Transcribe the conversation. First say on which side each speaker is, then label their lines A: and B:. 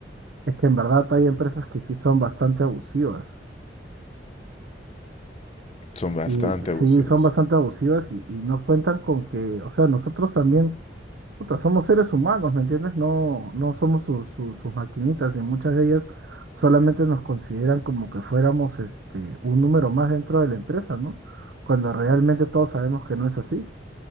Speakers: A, on the right; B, on the left.
A: Es que en verdad hay empresas que sí son bastante abusivas.
B: Son bastante
A: Y sí
B: abusivas.
A: son bastante abusivas y, y no cuentan con que, o sea, nosotros también Puta, somos seres humanos, ¿me entiendes? No, no somos sus, sus, sus maquinitas y muchas de ellas solamente nos consideran como que fuéramos este, un número más dentro de la empresa, ¿no? Cuando realmente todos sabemos que no es así.